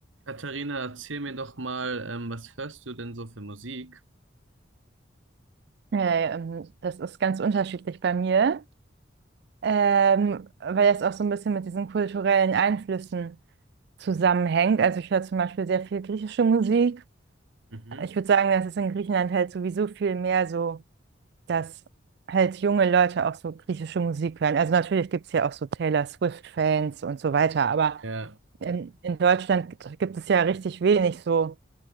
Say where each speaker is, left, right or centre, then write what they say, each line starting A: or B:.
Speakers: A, on the right; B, on the right.
A: Katharina, erzähl mir doch mal, ähm, was hörst du denn so für Musik?
B: Ja, ja, ähm, das ist ganz unterschiedlich bei mir, ähm, weil das auch so ein bisschen mit diesen kulturellen Einflüssen zusammenhängt. Also ich höre zum Beispiel sehr viel griechische Musik.
A: Mhm.
B: Ich würde sagen, das ist in Griechenland halt sowieso viel mehr so, dass halt junge Leute auch so griechische Musik hören. Also natürlich gibt es ja auch so Taylor Swift-Fans und so weiter, aber
A: Ja,
B: in, in Deutschland gibt gibt es ja richtig wenig so,